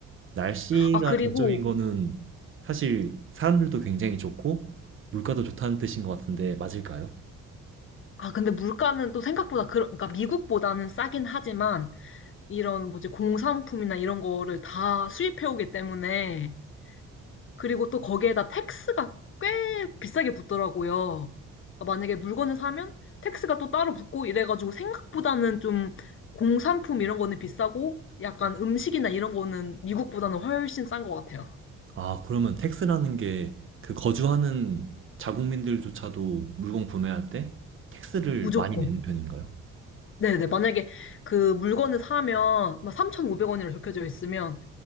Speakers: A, on the right (about 45°); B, on the left (about 45°).
A: 날씨가
B: 아, 그리고
A: 단점인 거는 사실 사람들도 굉장히 좋고 물가도 좋다는 뜻인 것 같은데 맞을까요?
B: 아, 근데 물가는 또 생각보다, 그 그러니까 미국보다는 싸긴 하지만, 이런 뭐지, 공산품이나 이런 거를 다 수입해오기 때문에, 그리고 또 거기에다 텍스가 꽤 비싸게 붙더라고요. 그러니까 만약에 물건을 사면 텍스가 또 따로 붙고 이래가지고 생각보다는 좀 공산품 이런 거는 비싸고, 약간 음식이나 이런 거는 미국보다는 훨씬 싼 것 같아요.
A: 아, 그러면 택스라는 게 그 거주하는 자국민들조차도 물건 구매할 때 택스를
B: 무조건.
A: 많이 내는 편인가요?
B: 네네. 만약에 그 물건을 사면 막 3,500원이라 적혀져 있으면,